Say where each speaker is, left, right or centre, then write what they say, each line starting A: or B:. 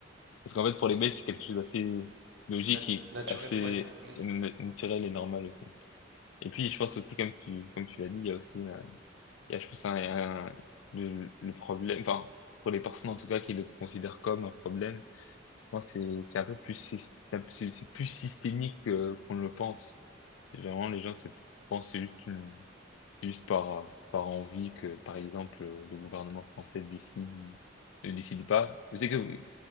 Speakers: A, on the left (about 85°); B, on the right (about 70°).
A: parce qu'en fait, pour les Belges, c'est quelque chose d'assez logique
B: nat-
A: et
B: naturel,
A: assez
B: ouais. Mm.
A: n- naturel et normal aussi. Et puis, je pense aussi, comme tu, comme tu l'as dit, il y a aussi, euh, il y a, je pense, un, un- le, le problème, enfin, pour les personnes en tout cas qui le considèrent comme un problème, Moi, c'est, c'est un peu plus, sys- c'est un peu- c'est- c'est plus systémique euh, qu'on le pense. Généralement, les gens se pensent c'est juste une, c'est juste par, par envie que, par exemple, euh, le gouvernement français décide ou ne décide pas. Je sais que,